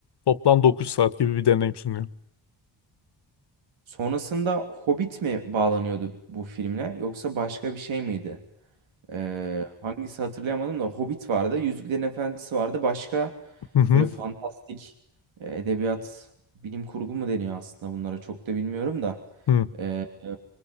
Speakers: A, on the left (about 60°); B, on the right (about 85°).
A: Toplam 9 saat gibi bir deneyim sunuyor.
B: Sonrasında Hobbit mi bağlanıyordu bu filmle yoksa başka bir şey miydi? Ee, hangisi hatırlayamadım da Hobbit vardı, Yüzüklerin Efendisi vardı. Başka
A: Hı hı.
B: böyle fantastik e, edebiyat, bilim kurgu mu deniyor aslında bunlara çok da bilmiyorum da.
A: Hı.
B: Ee, e,